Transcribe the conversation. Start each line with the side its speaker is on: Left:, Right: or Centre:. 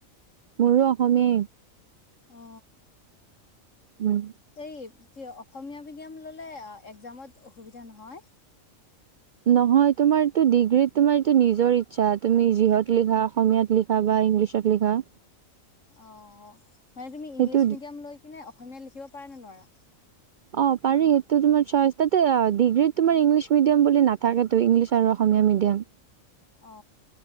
Right: মোৰো অসমে
Left: অ।
Right: উম।
Left: তেই তিয় অসমীয়া মিডিয়াম ললে আ একজামত অসুবিধা নহয়?
Right: নহয় তোমাৰটো ডিগ্ৰীত তোমাৰটো নিজৰ ইচ্ছা তুমি যিহত লিখা অসমীয়াত লি পাবা ইংলিছত লিখা।
Left: অ, মানে তুমি
Right: সেইটো
Left: ইংলিছ মিডিয়াম লৈ কিনে অসমীয়া লিখিব পাৰা নে নোৱাৰা?
Right: অ পাৰি, এইটো তোমাৰ চইচ তাতে ডিগ্ৰীত তোমাৰ ইংলিছ মিডিয়াম বুলি নাথাকেতো ইংলিছ আৰু অসমীয়া মিডিয়াম।
Left: অ। অ।